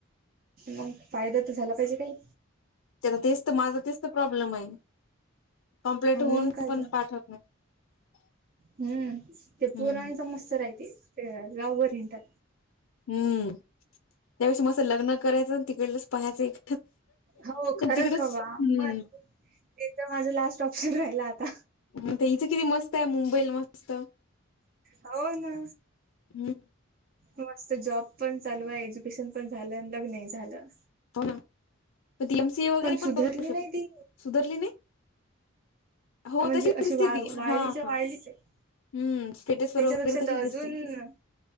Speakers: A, on the right (about 45°); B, on the left (about 80°).
A: मग फायदा तर झाला पाहिजे काही
B: त्याला तेच चत माझा तेच प्रॉब्लेम आहे. कंप्लीट होऊन
A: मग काय
B: पण
A: तर
B: पाठवत नाही
A: हम्म ते
B: हम्म
A: पोराच मस्त राहती गावबरी हिंडतात.
B: हम्म त्यापेक्षा मस लग्न करायचं तिकडलंच पाहायचं एक
A: हो खरंच
B: तिकडंच
A: बाबा
B: हम्म
A: मग ते तर माझं लास्ट ऑप्शन राहिला आता
B: म ते हिचं किती मस्त आहे मुंबईला मस्त!
A: हो ना
B: हम्म
A: मस्त जॉब पण चालू आहे, एज्युकेशन पण झालं, लग्न झालं.
B: हो ना पण ती एमसीए वगैरे पण
A: सुधरली
B: करू शकते
A: नाही ती
B: सुधरली नाही हो
A: म्हणजे
B: तशीच
A: अशी
B: दिसते
A: वा
B: ती हा
A: वाळलीच्या
B: हा
A: वाळलीच
B: हम्म
A: आहे
B: स्टटसतशवर
A: त्याच्यापेक्षा
B: वगैरे तशीच
A: तर अजून
B: दिसते